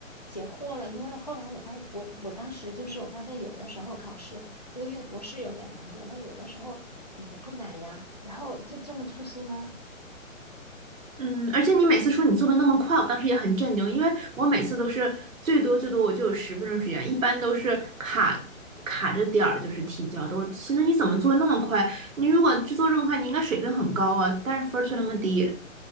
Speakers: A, on the left; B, on the right.
A: 解惑了，因为后来我发现，我我当时就是我发现有的时候考试这个阅读是有点难度，但有的时候也不难呀。然后就这么粗心吗？
B: 嗯，而且你每次说你做的那么快，我当时也很震惊，因为我每次都是最多最多我就有十分钟时间，一般都是卡卡着点儿就是提交的。我寻思你怎么做那么快？你如果制做这么快，你应该水平很高啊，但是分儿却那么低，